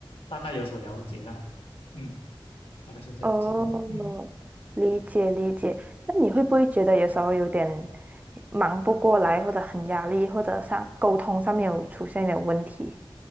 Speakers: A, on the left; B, on the right.
A: 大概有所了解啦。嗯，大概是这样子咯。
B: 哦，
A: 嗯。
B: 理解理解。那你会不会觉得有时候有点忙不过来，或者很压力，或者上沟通上面有出现一点问题？